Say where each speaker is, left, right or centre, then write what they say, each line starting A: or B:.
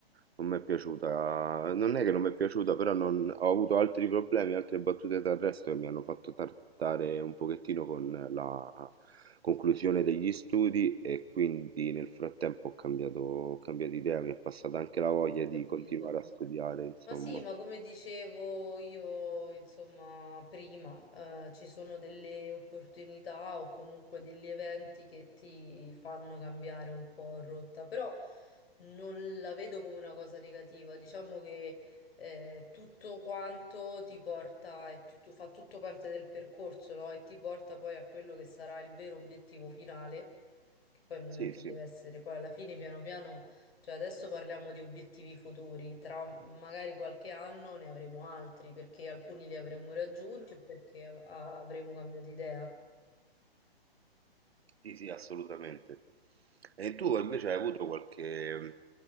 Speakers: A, on the right (about 75°); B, on the left (about 70°).
A: non mi è piaciuta, non è che non mi è piaciuta, però non- ho avuto altri problemi, altre battute d'arresto che mi hanno fatto tardare un pochettino con la, Conclusione degli studi e quindi nel frattempo ho cambiato ho cambiato idea, mi è passata anche la voglia
B: Ho
A: di
B: capito.
A: continuare a studiare, insomma.
B: Ma sì, ma come dicevo io, insomma, prima, eh, ci sono delle opportunità o comunque degli eventi che ti fanno cambiare un po' rotta, però non la vedo come una cosa negativa. Diciamo che eh, tutto quanto ti porta, è tutto- fa tutto parte del percorso, no? E ti porta poi a quello che sarà il vero obiettivo finale, che poi non
A: Sì,
B: è che
A: sì,
B: deve essere, poi alla fine piano piano. Cioè, adesso parliamo di obiettivi futuri, tra magari qualche anno ne avremo altri, perché alcuni li avremo raggiunti o perché av- avremo cambiato idea.
A: sì, sì, assolutamente. E tu invece hai avuto qualche...